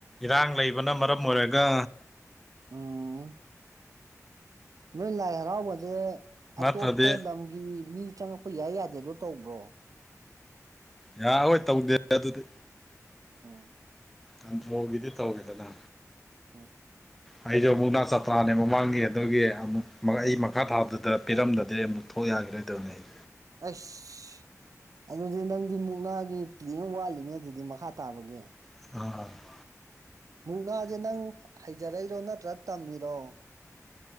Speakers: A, in the centre; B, on the right.
A: ꯏꯔꯥꯡ ꯂꯩꯕꯅ ꯃꯔꯝ ꯑꯣꯏꯔꯒ
B: ꯑꯥꯝ ꯅꯣꯏ ꯂꯥꯏ ꯍꯔꯥꯎꯕꯁꯦ
A: ꯅꯠꯇ꯭ꯔꯗꯤ
B: ꯑꯇꯣꯞꯄ ꯂꯝꯒꯤ ꯃꯤ ꯆꯪꯉꯛꯄ ꯌꯥꯏ ꯌꯥꯗꯦꯗꯣ ꯇꯧꯕ꯭ꯔꯣ
A: ꯌꯥꯔꯔꯣꯢ ꯇꯧꯗꯦ ꯑꯗꯨꯗꯤ
B: ꯑꯣ
A: ꯑꯥꯟꯗꯔꯣ ꯒꯤꯗꯤ ꯇꯧꯋꯤꯗꯅ
B: ꯎꯝ
A: ꯑꯩꯁꯨ ꯃꯨꯛꯅꯥ ꯆꯄ꯭ꯔꯥꯅꯦ ꯃꯃꯥꯡꯒꯤ ꯑꯗꯨꯒꯤ ꯑꯃꯨꯛ ꯑꯩ ꯃꯈꯥ ꯊꯥꯗꯨꯗ ꯄꯤꯔꯝꯗꯗꯦ ꯑꯃꯨꯛ ꯊꯣꯛ ꯌꯥꯈꯤꯔꯣꯏꯗꯕꯅꯤ ꯑꯩ
B: ꯑꯁ ꯑꯗꯨꯗꯤ ꯅꯪꯗꯤ ꯃꯨꯛꯅꯥꯒꯤ ꯄ꯭꯭ꯂꯦꯡ ꯋꯥꯠꯂꯤꯅꯦ ꯑꯗꯨꯗꯤ ꯃꯈꯥ ꯇꯥꯕꯒꯤ꯫
A: <unintelligible>
B: ꯃꯨꯛꯅꯥꯁꯦ ꯅꯪ ꯍꯩꯖꯔꯛꯏꯔꯣ ꯅꯠꯇ꯭ꯔ ꯇꯝꯃꯤꯔꯣ?